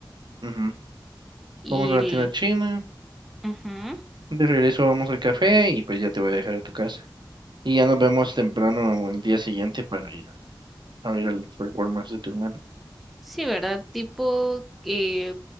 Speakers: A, on the right; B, in the centre.
A: Ujú.
B: Y...
A: Vamos a la
B: el-
A: tienda china,
B: Ujú.
A: de regreso vamos al café y pues ya te voy a dejar a tu casa. Y ya nos vemos temprano el día siguiente para ir a ver el performance de tu hermano.
B: Sí, ¿verdad? Tipo que